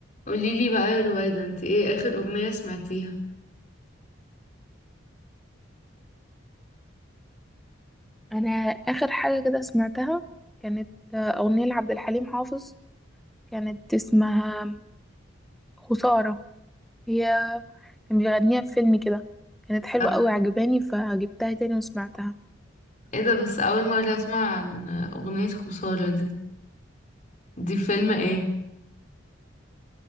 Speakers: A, on the left (about 35°); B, in the centre.
A: قوليلي بقى يا رويدة انت ايه اخر اغنية سمعتيها
B: انا اخر حاجه كده سمعتها كانت آه، اغنيه لعبد الحليم حافظ كانت اسمها خساره هي كان بيغنيها في فيلم كده كانت حلوه
A: آه.
B: قوي عجباني فجبتها تاني وسمعتها
A: ايه ده بس اول مرة اسمع عن اغنية خسارة دي دي فيلم ايه